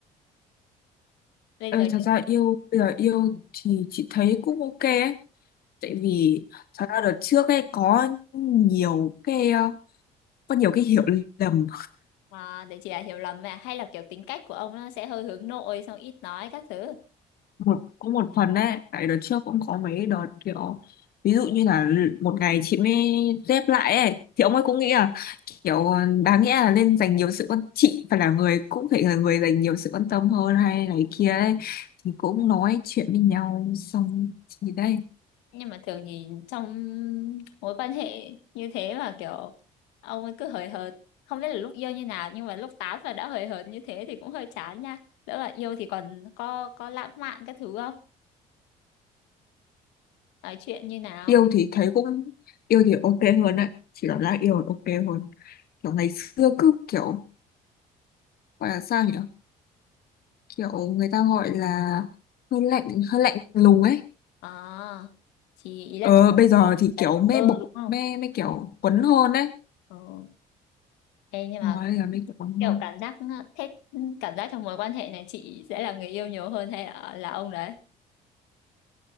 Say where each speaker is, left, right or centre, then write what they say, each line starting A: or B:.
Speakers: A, on the left (about 80°); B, on the left (about 60°).
A: bây
B: Ê,
A: giờ
B: thật ra yêu bây
A: Ờ.
B: giờ yêu thì chị thấy cũng ok ấy tại
A: ừ.
B: vì thật ra đợt trước ấy có nhiều cái ờ, có nhiều cái hiểu lầm
A: à, để chị là hiểu lầm mà hay là kiểu tính cách của ông nó sẽ hơi hướng nội xong ít nói các thứ
B: một có một phần đấy tại đợt trước cũng có mấy đợt kiểu ví dụ như là một ngày chị mới dép lại ấy thì ông ấy cũng nghĩ là kiểu đáng nghĩa là nên dành nhiều sự quan chị phải là người cũng phải là người dành nhiều sự quan tâm hơn hay này kia ấy thì cũng nói chuyện với nhau xong thì đây
A: nhưng mà thường thì trong mối quan hệ như thế mà kiểu ông ấy cứ hời hợt không biết là lúc yêu như nào nhưng mà lúc tán và đã hời hợt như thế thì cũng hơi chán nha lỡ bạn yêu thì còn có có lãng mạn các thứ không nói chuyện như nào
B: yêu thì thấy cũng yêu thì ok hơn đấy chị cảm giác yêu là ok hơn kiểu ngày xưa cứ kiểu gọi là sao nhỉ kiểu người ta gọi là hơi lạnh hơi lạnh lùng ấy
A: à thì ý là
B: Ờ,
A: thờ
B: bây giờ
A: ơ,
B: thì kiểu
A: là thờ
B: mê
A: ơ
B: bộc
A: đúng không
B: mê mê kiểu quấn hơn đấy.
A: ừ. Ê, nhưng
B: Thôi
A: mà
B: bây giờ mê kiểu quấn
A: kiểu
B: hơn.
A: cảm giác thế cảm giác trong mối quan hệ này chị sẽ là người yêu nhiều hơn hay là, là ông đấy